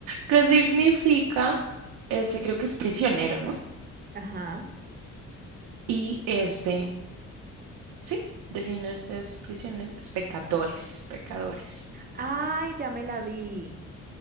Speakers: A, on the right (about 75°); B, on the right (about 30°).
A: que significa, ese creo que es prisionero, ¿no?
B: Ajá.
A: Y es de, sí, The Sinners es prisionero, es pecadores, pecadores.
B: Ay, ya me la vi.